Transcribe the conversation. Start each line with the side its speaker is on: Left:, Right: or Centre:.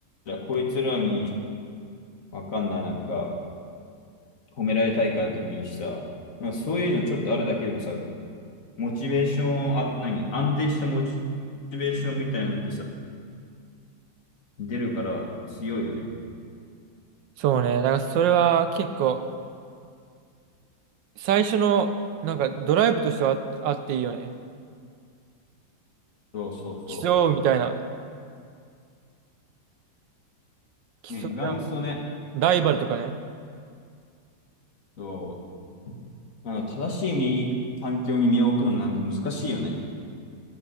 Left: ゃあこいつらにわかんない、なんか褒められたいからでもいいしさ。なんかそういうのちょっとあるだけでもさ、モチベーション、あ、何安定したモチベーションみたいなのってさ、出るから強いよね。
Right: そうね、だからそれは結構、最初の、なんかドライブとしてはあ、あっていいよね。
Left: そうそうそう。
Right: 競うみたいな、競い合う
Left: ね、意外にそうね、
Right: ライバルとかね。
Left: そうあの、正しい身環境に身を置くのもなんか難しいよね。